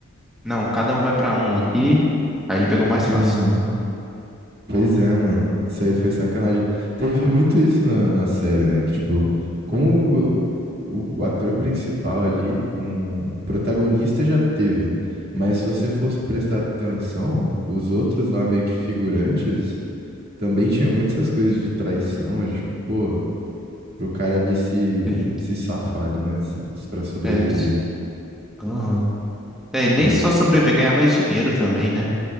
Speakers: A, in the centre; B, on the right.
A: não, cada um vai pra um aqui, aí ele pegou o mais fácil.
B: Aham. Pois é, mano. Isso aí foi sacanagem. Teve muito isso na, na série, né? Que, tipo, com o, o, o ator principal ali, com o protagonista já teve. Mas se você fosse prestar atenção, os outros lá, meio que figurantes, também tinham muitas essas coisas de traição, de, tipo, pô, pro cara ali se,
A: Sim,
B: se safar ali, né? Se, se- pra sobreviver.
A: é, aham. É, nem
B: né?
A: só sobreviver, ganhar mais dinheiro também, né?